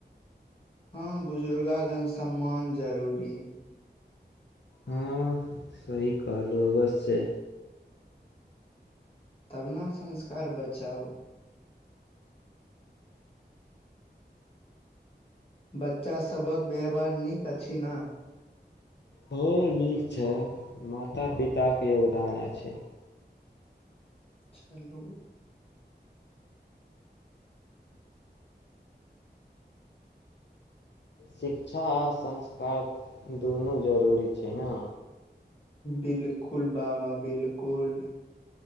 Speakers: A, on the left; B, on the left.
A: हँ बुजुर्गागण सम्मान जरूरी
B: हँ सही कहलहुँ अवश्य
A: तबना संस्कार बचाओ बच्चासभक व्यवहार नीक अछि ने
B: हओर नीक छै माता पिताके योगदान अछि
A: हेलो
B: शिक्षा आ संस्कार दुनू जरूरी छै ने
A: बिलकुल बाबा बिलकुल